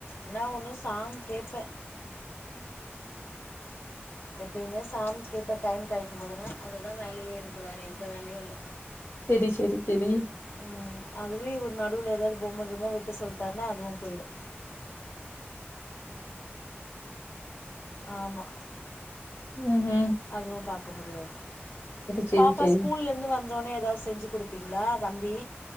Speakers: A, on the left; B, on the left.
A: என ஒன்னு சாங் கேபே எப்பவுமே சாங் கேப்பே டைம் கிடைக்கு போதல்லா அது தா வேலயே எனக்கு வேறு எந்த வேலையு இல்ல
B: சேரி சேரி சேரி
A: ம் அதுலயு இவரு நடுவுல ஏதாவது பொம்ம கிம்ம வைக்க சொல்லிட்டாருனா அதுவு போயிடு ஆமா
B: ம் ம்
A: அதுவு பாக்க முடியாது
B: சரி
A: பாப்பா
B: சரி
A: ஸ்கூல்ல ந்து வந்தோனே ஏதாவது செஞ்சு கொடுப்பீங்களா தம்பி